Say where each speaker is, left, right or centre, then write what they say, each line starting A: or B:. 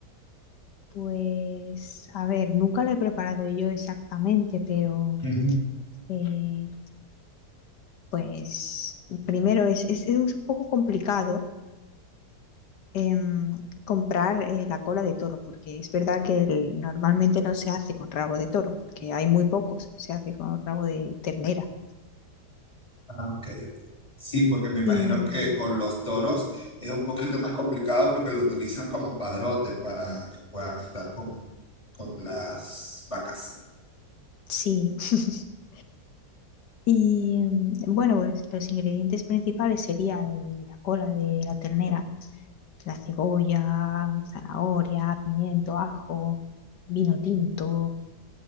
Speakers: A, on the left; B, on the left.
A: Pues, a ver, nunca la he preparado yo exactamente, pero
B: Ujú.
A: eh, pues primero es, es es un poco complicado em, comprar eh, la cola de toro, porque es verdad que el- normalmente no se hace con rabo de toro, porque hay muy pocos, se hace con rabo de ternera.
B: Ah, ok. Sí, porque me imagino
A: Y mm,
B: que con los toros es un poquito más complicado porque lo utilizan como padrote para que puedan estar con, con las vacas.
A: sí, <laughs> y mm, bueno, pues los ingredientes principales serían la cola de la ternera, la cebolla, zanahoria, pimiento, ajo, vino tinto